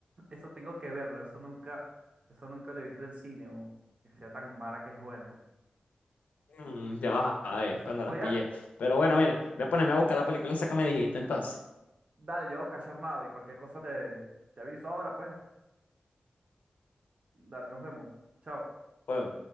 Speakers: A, on the right; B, on the left.
A: eso tengo que verlo, eso nunca, eso nunca lo he visto en cine, o que sea tan mala que es buena.
B: Mm, ya
A: La
B: vas
A: verdad.
B: a ver cuando
A: Voy
B: las pillé.
A: a,
B: Pero bueno, mira, voy a ponerme a buscar la película esa que me dijiste entonces.
A: dale, yo voy a buscar Sharknado y cualquier cosa te, te aviso ahora, pues, dale, nos vemos, chao.
B: Pues,